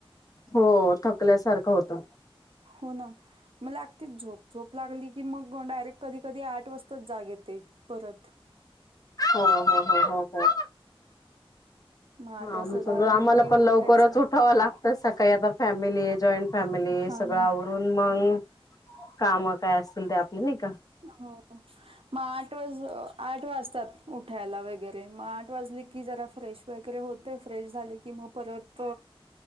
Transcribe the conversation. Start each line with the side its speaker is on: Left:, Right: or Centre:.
Left: हो थकल्या सारखं होत.
Right: हो ना. मग लागतीच झोप, झोप लागली की मग डायरेक्ट कधी कधी आठ वाजताच जाग येते. परत
Left: हो हो हो हो.
Right: मग आठ वाजता
Left: आमचं
Right: जाग
Left: भी आम्हाला
Right: आली की
Left: पण
Right: उठायचं
Left: लवकरच उठाव ला तर सकाळी आता फॅमिलीय, जॉईंट फॅमिलीय
Right: हा
Left: सगळं
Right: ना
Left: आव रून मंग काम काय असतील ते आपले नायका.
Right: हो. मग आठ वाज आठ वाजतात उठायला वगैरे मग आठ वाजले की जरा फ्रेश वगैरे होते फ्रेश झाले की कि मग परत